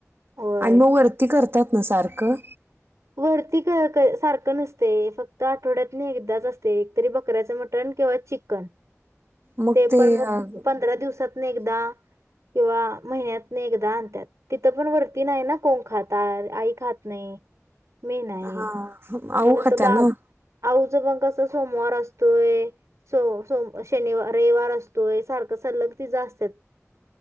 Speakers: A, on the right; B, on the right.
A: होय
B: आणि मग वरती करतात ना सारखं,
A: वरती सारख नसते, फक्त आठवड्यात नाही एकदाच असते. तरी बकऱ्याच मटण किंवा चिकन,
B: मग
A: ते पण
B: अं,
A: मग पंधरा दिवसात एकदा किंवा महिन्यात नाही एकदा आणत्यात. तिथं पण वरती नाही ना कोण खात, आई खात नाही. मी नाही
B: हा
A: <inaudible>
B: आऊ
A: तिचं
B: खाता ना
A: पण कसं सोमवार असतोय, सोम सोम शनी रविवार असतोय. सारखं सलग तिज अस्त्यात